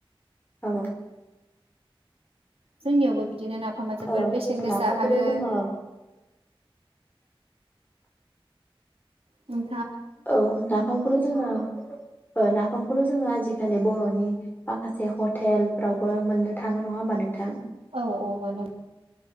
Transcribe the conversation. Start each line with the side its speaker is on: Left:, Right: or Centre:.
Left: औ
Right: जोंनियावबो बि दिनो नाफामा जोबोर
Left: ओ
Right: बेसेन गोसा
Left: नाफामखौथ'
Right: आरो
Left: जोङो
Right: उम
Left: औ नाफामखौथ' जोङो ओ नाफामखौथ' जोङो आजिखालि बर'नि माखासे हटेलफ्रावबो मोननो थाङो नङा होमबा नोंथां?
Right: औ औ मोनो